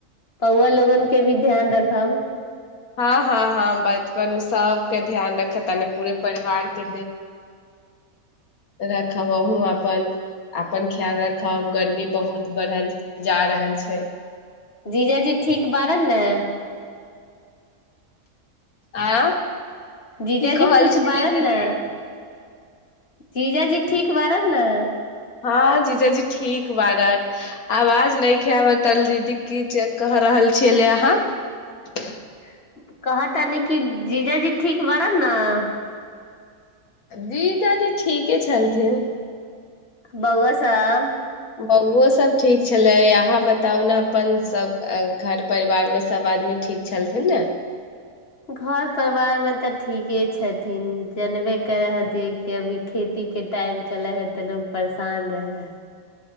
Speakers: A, on the left (about 45°); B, on the left (about 75°).
A: पौवा लोगन के भी ध्यान रखब।
B: हँ हँ हँ बचपन सबके ध्यान रख। ख नहि पूे परिवार के। रखब अहू अपन अपन ख्याल राखब गर्मी बहुत बढ़ल जा रहल छै।
A: जीजा जी ठीक बारन ने।
B: आँ।
A: जीजाजी
B: की कहल
A: ठीक
B: छली
A: बारन
B: दीदी
A: न। जीजाजी ठीक बारत ने।
B: <unintelligible>
A: <unintelligible>
B: दीदादी ठीके छलथिन।
A: बउआ सब।
B: बौओ सब ठीक छलै यहाँ बताउ ने अपन सब घर परिवार मे सब आदमी ठीक छलथिन ने।
A: घर परिवारमे तऽ ठीके छथिन जनबे करै हथिै कि अभी खेतीके टाइम चलै हइ तऽ लोक परेशान रहै हइ।